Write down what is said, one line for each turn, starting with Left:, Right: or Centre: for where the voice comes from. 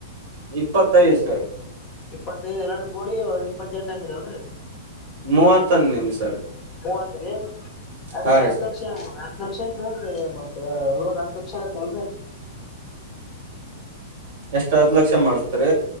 Right: ಇಪ್ಪತ್ತೈದು ದಿವಸಿ
Left: ಇಪ್ಪತ್ತೈದು ಎರಡು ಕೋಡಿ ಒ ಇಪ್ಪತ್ತೆಂಟ ಐದರ ಅಲ್ರರಿ
Right: ಮೂವತ್ತಂದಿನ ಸರ್
Left: ಮೂವತ್ ರೆ ಆಕಡೆ
Right: ಹಾ ರೀ
Left: ಆತ್
Right: ಸರ್
Left: ಲಕ್ಷಕ್ಷ ಹತ್ ಲಕ್ಷಗ್ ನೋಡ್ರಿ ಮತ್ತ ಲೋನ್ ಹತ್ ಲಕ್ಷ ಆದಗ್ ನಲ್
Right: ಎಷ್ಟ್ ಹತ್ತು ಲಕ್ಷ ಮಾಡ್ತಾರ